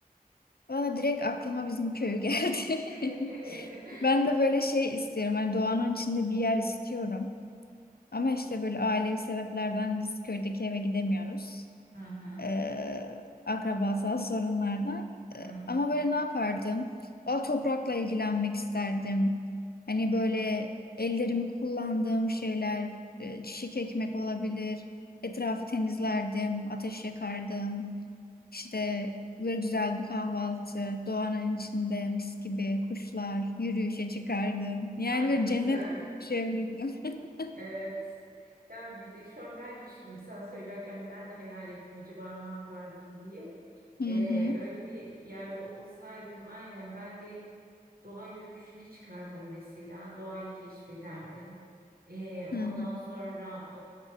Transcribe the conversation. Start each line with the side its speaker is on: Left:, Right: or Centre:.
Left: Valla direkt aklıma bizim köy geldi.
Right: <laughs>
Left: <laughs> Ben de böyle şey istiyorum. Hani doğanın içinde bir yer istiyorum. Ama işte böyle ailevi sebeplerden biz köydeki eve gidemiyoruz.
Right: Hı hı
Left: Ee, akrabasal sorunlardan. Ee,
Right: hı hı.
Left: ama böyle ne yapardım? Valla toprakla ilgilenmek isterdim. Hani böyle ellerimi kullandığım şeyler, e, çiçek ekmek olabilir. Etrafı temizlerdim, ateş yakardım. İşte böyle güzel bir kahvaltı, doğanın içinde mis gibi kuşlar, yürüyüşe çıkardım. Yani
Right: Ay
Left: böyle
Right: ne
Left: cennet
Right: güzel.
Left: gibi yaşayabilirdim. <laughs>
Right: Evet. Ya bir de şu an ben düşündüm. Sen söylerken ben de hayal ettim acaba ne yapardım diye.
Left: Hı
Right: Ee,
Left: hı.
Right: öyle bir yerde olsaydım aynen ben de doğa yürüyüşüne çıkardım mesela. Doğayı keşfederdim. Ee, ondan
Left: Hı hı.
Right: sonra